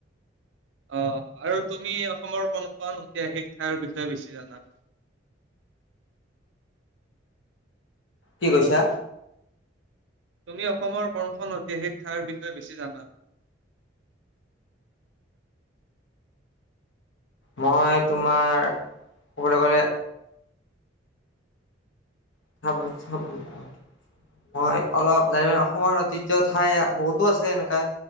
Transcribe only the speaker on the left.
কি কৈছা?
মই তোমাৰ ক'বলৈ গ'লে। <unintelligible> মই অলপ জানিব অসমৰ ঐতিহ্য ঠাই বহুতো আছে এনেকা।